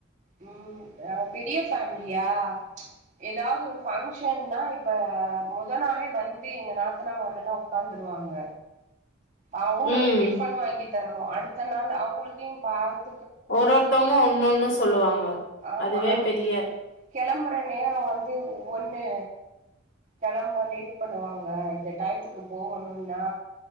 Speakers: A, on the right (about 40°); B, on the left (about 70°).
A: ம் நாங்க பெரிய ஃபேமிலியா ஏதாது ஒரு பங்க்ஷன்னா இப்ப மோத நாளே வந்து எங்க நாத்தனாமர்கள்லா ஒட்காந்துருவாங்க அவுங்களுக்கு
B: ம்
A: டிஃபன் வாங்கி தரணும் அடுத்த நாள் அவுங்களுக்கியு பாத்
B: ஒரு ஒருத்தவங்க ஒன்னு ஒன்ணு சொல்லுவாங்க
A: ஆமா
B: அதுவே
A: நம்ப
B: பெரிய
A: கெளம்பற நேரோ வந்து ஒவ்வொன்னு கெளம்ப லேட் பண்ணுவாங்க இந்த டயத்துக்கு போகணுன்னா